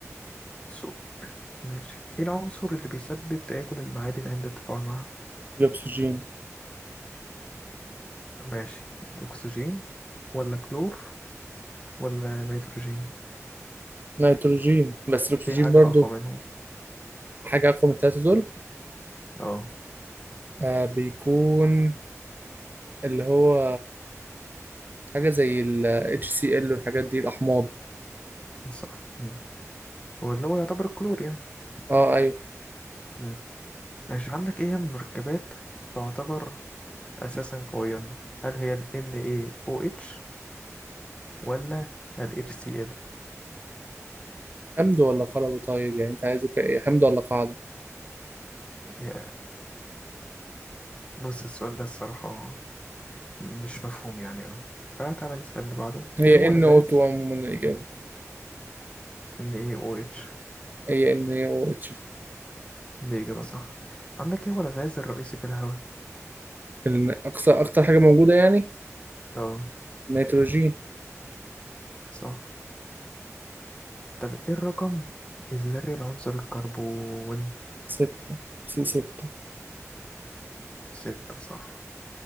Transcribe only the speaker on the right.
الاكسجين
نيتروجين بس الاكسجين
برضو
حاجة اقوى من التلاتة دول
آه بيكون اللي هو حاجة زي ال HCl والحاجات دي الأحماض
اه أيوه
حمض ولا قلوي طيب يعني أنت عايزه كإيه حمض ولا قاعدة
هي
NO2
عموما الإجابة
هي NaOH
ال- أكثر أكتر حاجة موجودة يعني
نيتروجين
ستة سي ستة